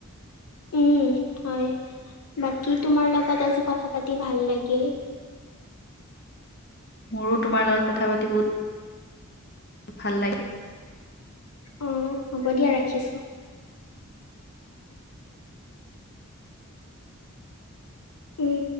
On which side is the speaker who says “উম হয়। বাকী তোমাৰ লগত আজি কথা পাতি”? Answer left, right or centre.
Left